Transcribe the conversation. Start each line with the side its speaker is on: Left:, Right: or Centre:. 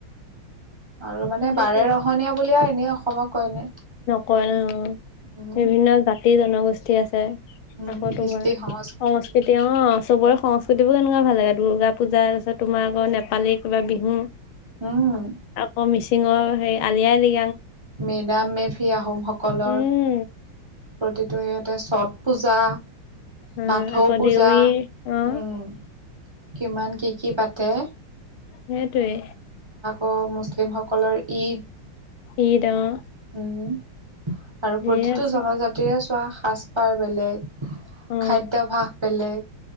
Right: আৰু মানে
Left: সেইটোৱে
Right: বাৰে ৰহনীয়া বুলিয় এনেই অসমক কয়নে
Left: কয় নো
Right: উম
Left: বিভিন্ন জাতি জনগোষ্ঠী আছে
Right: উম
Left: আকৌ
Right: কিস্তি
Left: তোমাৰ
Right: সং
Left: সংস্কৃতি অ চবৰে সংস্কৃতি বোৰ কেনেকুৱা ভাল লাগে দুৰ্গা পূজা তাৰপিছত তোমাৰ আকৌ নেপালী কিবা বিহু
Right: উম
Left: আকৌ মিচিঙৰ হেৰি আলি আাই আলি।
Right: মেডাম মেফি আহোমসকলৰ।
Left: উম।
Right: প্ৰতিটো ইয়াতে ছট পূজা
Left: অ'
Right: বাথৌ
Left: আকৌ
Right: পূজা,
Left: দেউৰী অ'
Right: উম। কিমান কি কি পাতে?
Left: সেইটোৱে।
Right: অ', মুছলিমসকলৰ ঈদ।
Left: ঈদ অ',
Right: উম, আৰু
Left: ধেৰ
Right: প্ৰতিটো
Left: আছে
Right: জনজাতিৰে চোৱা সাজ পাৰ বেলেগ।
Left: অ
Right: খাদ্যভাস বেলেগ,